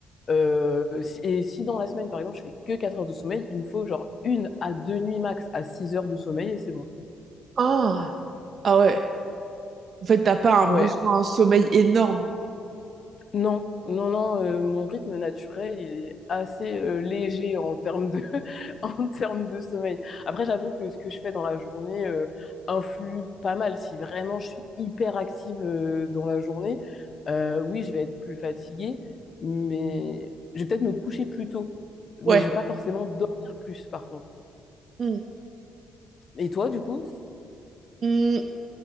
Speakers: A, on the left; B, on the right.
A: Euh, si- et si dans la semaine, par exemple, je fais que 4 heures de sommeil, il me faut genre une à deux nuits max à 6 heures de sommeil et c'est bon.
B: Ah, ah ouais. En fait, t'as pas un
A: Ouais,
B: besoin, un sommeil énorme.
A: Non, non, non, euh, mon rythme naturel, il est assez euh, léger en termes de, <laughs> en termes de sommeil. Après, j'avoue que ce que je fais dans la journée euh, influe pas mal. Si vraiment je suis hyper active euh, dans la journée, euh, oui, je vais être plus fatiguée, mais je vais peut-être me coucher plus tôt. Mais
B: Ouais.
A: je vais pas forcément dormir plus, par contre.
B: Hmm.
A: Et toi, du coup? c-
B: Hmm.